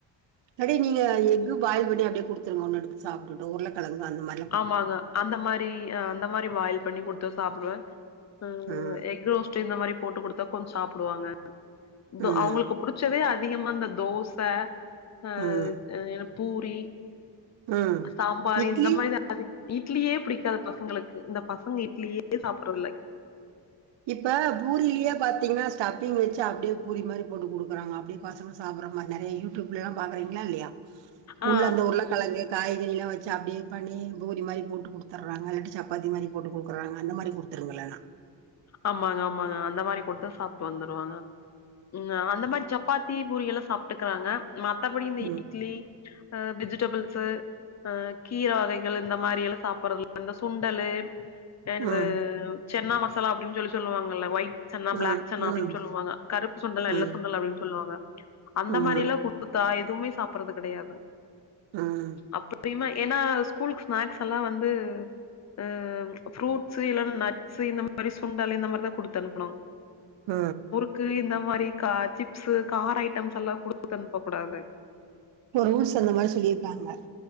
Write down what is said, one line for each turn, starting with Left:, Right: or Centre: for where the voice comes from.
Right: கடேய் நீங்க எஃக்கு பாயில் பண்ணி அப்டியே குடுத்துருங்க ஒன்னு எடுத்து சாப்டுட்டு உருளக்கெழங்கு அந்த மாரி
Left: ஆமாங்க அந்த மாரி அ அந்த மாரி பாயில் பண்ணி குடுத்தா சாப்டுவே அ
Right: ம்
Left: எஃக்கு ரோஸ்ட்டு இந்த மாரி போட்டு குடுத்தா கொஞ் சாப்டுவாங்க
Right: ம்
Left: தோ அவுங்குளுக்குப் புடிச்சதே அதிகமா இந்த தோச அ
Right: ம்
Left: அ பூரி
Right: ம்
Left: அ சாம்பாரு
Right: இட்லி
Left: இந்த மாரிதா அது இட்லியே புடிக்காது பசங்களுக்கு இந்த பசங்க இட்லியே சாப்பட்றதில்லை
Right: இப்ப பூரிலியே பாத்தீங்ன்னா ஸ்டஃப்பிங் வெச்சு அப்டியே பூரி மாரி போட்டு குடுக்கறாங்க அப்டியே பசங்க சாப்பட்ற மார் நெறைய யூடியூப்லல்லா பாக்கறீங்ளா இல்லயா
Left: ஆ
Right: உள்ள இந்த உருளக்கெழங்கு, காய்கறில்லா வெச்சு அப்டியே பண்ணி பூரி மாரி போட்டு குடுத்தட்றாங்க இல்லாட்டி சப்பாத்தி மாரி போட்டு குடுக்கறாங்க அந்த மாரி குடு த்திருங்க இல்லனே
Left: ஆமாங்க ஆமாங்க அந்த மாரி குடுத்தா சாப்ட்டு வந்துருவாங்க ம் அந்த மாரி சப் சப்பாத்தி பூரிய எல்லா சாப்புட்டுக்கிறாங்க மத்தபடி இந்த
Right: ம்
Left: இட்லி அ வெஜிடபிள்ஸூ அ கீர வகைகள் இந்த மாரி எல்லா சாப்புறது இந்த சுண்டலு தேனுவ
Right: ம்
Left: சென்னா மசாலா அப்டின்னு சொல்லி சொல்லுவாங்கல்ல ஒயிட் சன்னா
Right: ம்
Left: பிளாக் சன்னா
Right: ம்
Left: அப்டினு சொல்லுவாங்க கருப்பு சுண்டல்
Right: ம்
Left: வெல்ல சுண்டல் அப்டினு சொல்லுவாங்க அந்த
Right: ம்
Left: மாரில்லா குத்தா எதுவுமே சாப்புற்றது கடையாது
Right: ம்
Left: அப்தியமா ஏன்னா ஸ்கூலுக்கு ஸ்நாக்ஸ் எல்லா வந்து அ அம் ஃப்ரூட்ஸ் இல்லனா நட்ஸ் இந்த மாரி சுண்டல் இந்த மாரிதா குடுத்த அனுப்பனு
Right: உ
Left: க்கு இந்த மாரி கா சிப்ஸ்ஸு கார ஐட்டம்ஸ்ல்லா குடுத்தனுப்ப கூடாது
Right: இப்ப ரூல்ஸ் அந்த மாரி சொல்லியிருக்காங்க